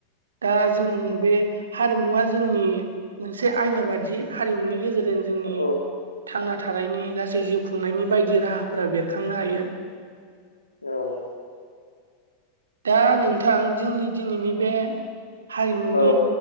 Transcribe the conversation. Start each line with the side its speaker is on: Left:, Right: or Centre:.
Right: दा जों बे हारिमुवा जोंनि मोनसे आयना बादि हारिमुनि गेजेरजों जोंनि
Left: औ
Right: थांनानै थानायनि गासै जिउ खुंनायनि बायदि राहाफोरा बेरखांनो हायो
Left: औ
Right: दा नोंथां जोंनि दिनैनि बे हारिमुनि
Left: औ